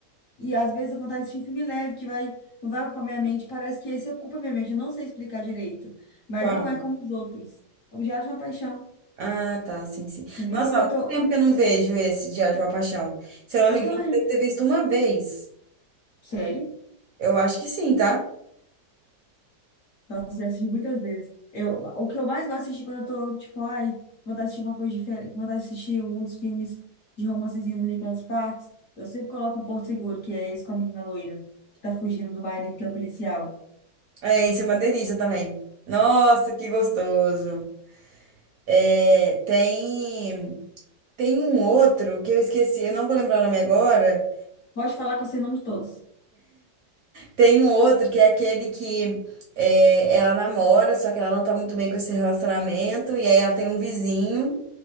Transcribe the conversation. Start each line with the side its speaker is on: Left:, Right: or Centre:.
Left: E às vezes eu tenho vontade de assistir um filme leve que vai, não vai ocupar minha mente. Parece que esse ocupa minha mente. Eu não sei explicar direito, mas
Right: Uau.
Left: não é como os outros. Objeto de uma paixão,
Right: Ah, tá, sim, sim.
Left: entendeu?
Right: Nossa,
Left: Quando
Right: há muito
Left: eu tô.
Right: tempo que eu não vejo esse Diário de uma Paixão. Se eu não
Left: Eu
Right: me engano,
Left: também.
Right: eu devo ter visto uma vez.
Left: Sério?
Right: Eu acho que sim, tá?
Left: Nossa, já assisti muitas vezes. Eu, o que eu mais gosto de assistir quando eu tô, tipo, ai, vontade de assistir uma coisa diferente, vontade de assistir um dos filmes de romancezinho do Nicholas Sparks, eu sempre coloco o Porto Seguro, que é esse com a menina loira, que tá fugindo do marido, que é policial.
Right: É, isso é uma delícia também. Nossa, que gostoso. É, tem, tem um outro que eu esqueci, eu não vou lembrar o nome agora.
Left: Pode falar que eu sei o nome de todos.
Right: Tem um outro que é aquele que é, ela namora, só que ela não tá muito bem com esse relacionamento, e aí ela tem um vizinho,